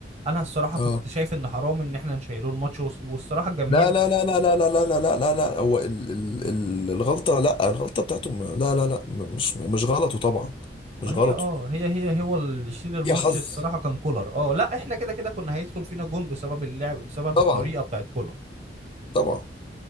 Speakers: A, on the right; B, on the left.
A: انا الصراحة
B: اه
A: كنت شايف ان حرام ان احنا نشيله الماتش والص- والصراحة الجماهير
B: لا لا لا لا لا لا لا لا لا لا لا هو ال ال ال الغلطه لا الغلطه بتاعته م- لا لا لا م- مش مش غلطه طبعا مش
A: ما
B: غلطه
A: هي اه هي هي هو اللي يشيل الماتش
B: هي حظ
A: الصراحه كان كولر اه لا احنا كده كده كنا هيدخل فينا جون بسبب اللعب بسبب
B: طبعا
A: الطريقه بتاعت كولر
B: طبعا